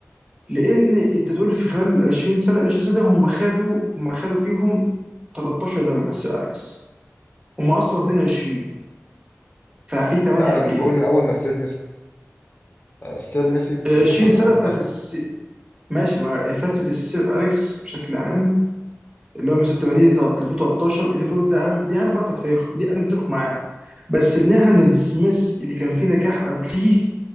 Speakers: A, on the right; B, on the left.
A: لان انت تقول في خلال 20 سنه 20 سنه هم خدوا هم خدوا فيهم 13 دوري مع السير اليكس هم اصلا واخدين 20 ففي 8
B: لا
A: قبليها
B: انا مش بقول من اول ما السير مسك آه، السير مسك
A: ال
B: في 86
A: 20 سنه بتاعت
B: اصلا
A: الس... ماشي مع فتره السير اليكس بشكل عام اللي هو من 86 ل 2013 انت بتقول ده اهم دي اهم فتره في تاريخهم دي انا متفق معاها بس ان احنا ندسمس اللي كان فيه نجاح قبليه